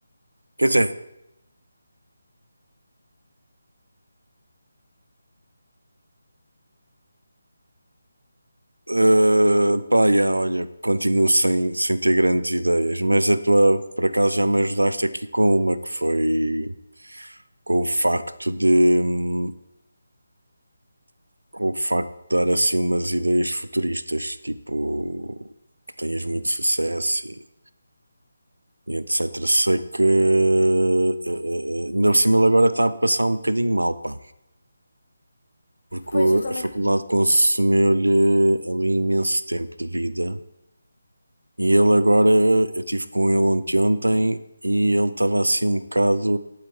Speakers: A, on the right; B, on the left.
A: Quer dizer, Uh, pá, yeah, olha, continuo sem, sem ter grandes ideias, mas a tua, por acaso, já me ajudaste aqui com uma que foi com o facto de, hum, com o facto de dar assim umas ideias futuristas, tipo que tenhas muito sucesso e, e etc. Sei que, uh, uh, uh, ainda por cima, ele agora está a passar um bocadinho mal, pá, porque
B: Pois,
A: o-
B: eu também.
A: a faculdade consumeu-lhe ali imenso tempo de vida E ele agora, eu estive com ele ontem, ontem e ele estava assim um bocado,